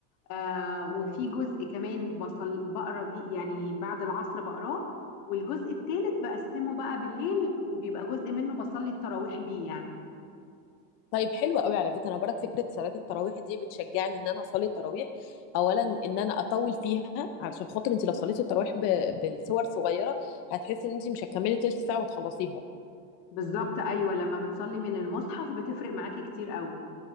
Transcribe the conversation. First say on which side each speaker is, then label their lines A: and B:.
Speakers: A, on the left; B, on the left.
A: آه وفي
B: مم.
A: جزء كمان بصل بقرا بيه يعني بعد العصر بقراه والجزء الثالث بقسمه بقى بالليل وبيبقى جزء منه بصلي التراويح بيه يعني
B: طيب حلوة قوي على فكرة انا برك فكرة صلاة التراويح دي بتشجعني ان انا اصلي التراويح اولا ان انا اطول فيها علشان خاطر انت لو صليتي التراويح ب- بالصور صغيرة هتحسي ان انت مش هتكملي تلت ساعة وتخلصيها
A: بالظبط ايوه لما بتصلي من المصحف بتفرق معاكي كتير قوي